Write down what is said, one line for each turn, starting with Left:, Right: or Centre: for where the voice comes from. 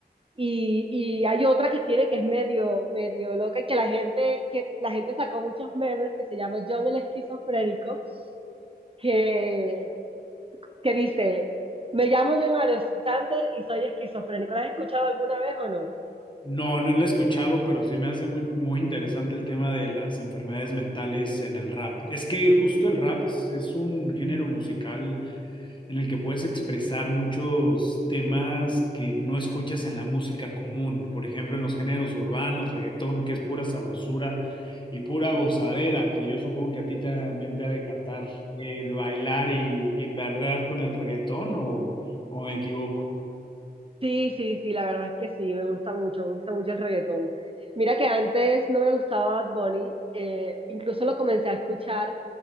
Right: y, y hay otra que tiene que es medio, medio loca y que la gente, que la gente sacó muchos memes que se llama John el esquizofrénico, que, que dice, me llamo John Alexander y soy esquizofrénico. ¿La has escuchado alguna vez o no?
Left: No, no lo he escuchado, pero sí me hace muy, muy interesante el tema de las enfermedades mentales en el rap. Es que justo el rap es, es un género musical en el que puedes expresar muchos temas que no escuchas en la música común. Por ejemplo, en los géneros urbanos, reggaetón, que es pura sabrosura y pura gozadera, que yo supongo que a ti también te ha de cantar el bailar y, y perrear con el reggaetón, o, o me equivoco.
Right: Sí, sí, sí, la verdad es que sí, me gusta mucho, me gusta mucho el reggaetón. Mira que antes no me gustaba Bad Bunny, eh, incluso lo comencé a escuchar